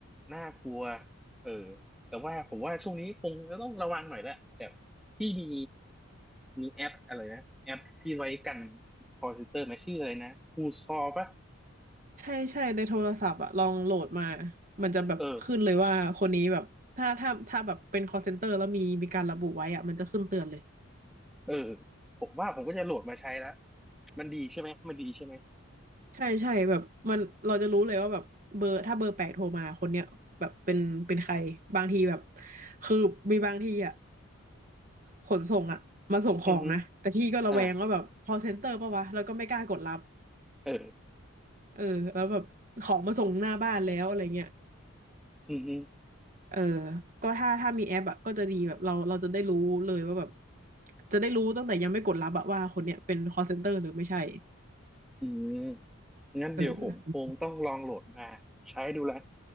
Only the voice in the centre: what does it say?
น่ากลัวเออแต่ว่าผมว่าช่วงนี้คงจะต้องระวังหน่อยแหละแบบที่มีมีแอปอะไรนะ แอปที่ไว้กันคอ l เ e เตอร์มาชื่ออะไรนะ Who's Call ปะ
เออ
เออผมว่าผมก็จะโหลดมาใช้แล้วมันดีใช่ไหมมันดีใช่ไหม
อือฮึอ่า
เออ
อือฮึ
อืมงั้นเดี๋ยวผมคงต้องลองโหลดมาใช้ดูละ